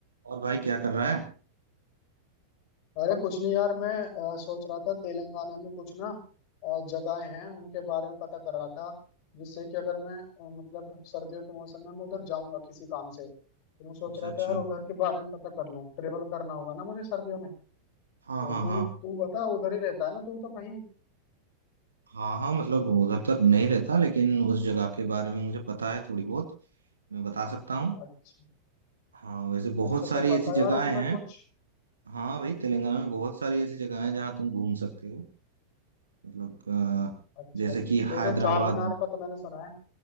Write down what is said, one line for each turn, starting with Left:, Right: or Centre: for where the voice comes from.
Right: और भाई क्या कर रहा है
Left: अरे कुछ नहीं यार मैं अ, सोच रहा था तेलंगाना में कुछ ना अ, जगहें हैं उनके बारे में पता कर रहा था जिससे कि अगर मैं अ, मतलब सर्दियों के मौसम में मैं उधर जाऊंगा किसी काम से तो मैं सोच
Right: अच्छा
Left: रहा
Right: अच्छा
Left: था यार उधर के बारे में पता कर लूं ट्रेवल करना होगा ना मुझे सर्दियों में तो
Right: हाँ हाँ
Left: तू
Right: हाँ
Left: तू बता उधर ही रहता है ना तू तो कहीं
Right: हाँ हाँ मतलब उधर तक नहीं रहता लेकिन उस जगह के बारे में मुझे पता है थोड़ी बहुत मैं बता सकता हूँ
Left: अच्छा
Right: हाँ वैसे बहुत
Left: अच्छा
Right: सारी
Left: तो बता
Right: ऐसी
Left: यार
Right: जगहें
Left: उसमें
Right: हैं
Left: कुछ
Right: हाँ भाई तेलंगाना में बहुत सारी ऐसी जगह हैं जहाँ तुम घूम सकते हो मतलब अ,
Left: अच्छा
Right: जैसे कि
Left: जैसे
Right: हैदराबाद
Left: चार मीनार
Right: में
Left: का तो मैंने सुना है